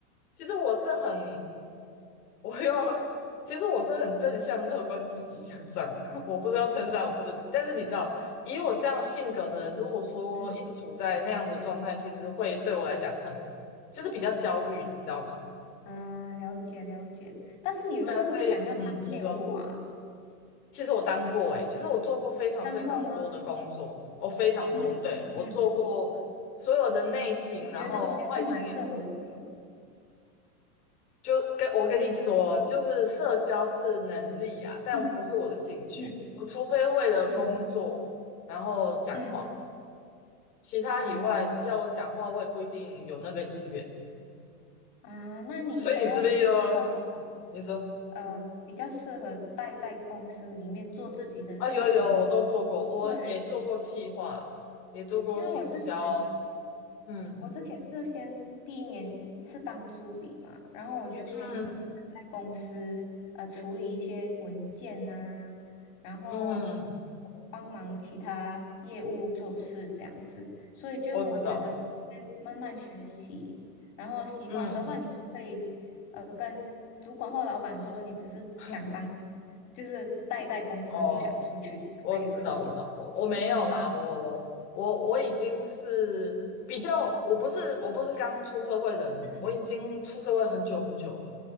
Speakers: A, on the left (about 75°); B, on the left (about 55°).
A: 其实我是很，我要，其实我是很正向、乐观、积极向上。<laughs> 我不知道称赞我自己，
B: 嗯
A: 但是你知道，以我这样性格的人，如果说一直处在那样的状态，
B: 嗯
A: 其实会对我来讲很，就是比较焦虑，你知道吗？
B: 嗯，了解了解。但是你会不会想要当业务啊？
A: 对啊，所以嗯，你说。其实我当过诶、其实我做过非常非常多的工作，
B: 当过吗？
A: 我非常多，
B: 嗯嗯嗯嗯，
A: 对，我做过所有的内勤，
B: 嗯我觉得也是蛮适合的。
A: 然后外勤也就跟我跟你说哦，就是社交是能力啊，但不是我的兴趣。
B: 嗯嗯
A: 我除非为了工作然后讲话，
B: 嗯嗯，
A: 其他以外，
B: 啊
A: 你叫我讲话，我也不一定有那个意愿。
B: 啊，那你应该要就是找那种
A: 所以你是不是又你说
B: 呃比较适合待在公司里面做自己的事情的。
A: 啊？有有，我都做过，我也做过企划，
B: 对，
A: 也做过行销，
B: 因为我之前
A: 嗯
B: 我之前是先第一年是当助理嘛，然后我就先在
A: 嗯
B: 公司呃处理一些文件呐、然后
A: 嗯。
B: 帮忙其他业务做事这样子，所以就我觉得先慢慢学习，
A: 我知道，
B: 然后喜欢的话你就可以呃跟主管或老板说你只是想当
A: 嗯，<laughs>
B: 就是待在公司不想出去，
A: 哦，我知道，
B: 这也可以。
A: 我知道，我我没有啦，
B: 嗯
A: 我我我已经是比较，我不是我不是刚出社会的人，
B: 嗯
A: 我已经出社会很久很久了，